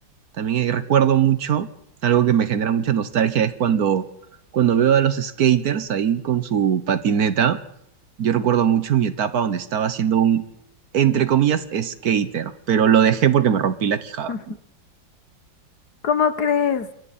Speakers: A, on the right; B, on the left.
A: También eh, recuerdo mucho, algo que me genera mucha nostalgia es cuando, cuando veo a los skaters ahí con su patineta. Yo recuerdo mucho mi etapa donde estaba siendo un, entre comillas, skater, pero lo dejé porque me rompí la quijada.
B: <laughs> ¿Cómo crees?